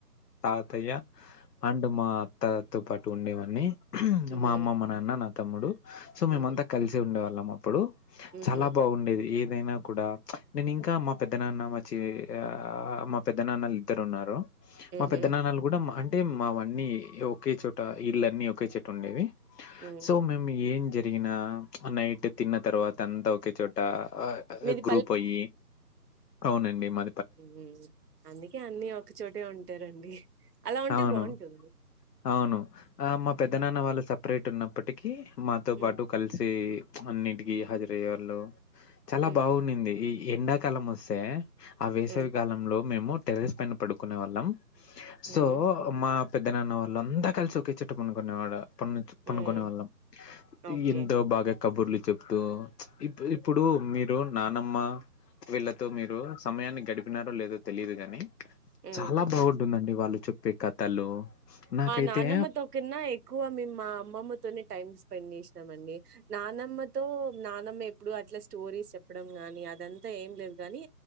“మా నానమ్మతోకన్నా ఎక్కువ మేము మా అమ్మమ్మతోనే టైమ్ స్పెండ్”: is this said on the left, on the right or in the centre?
Right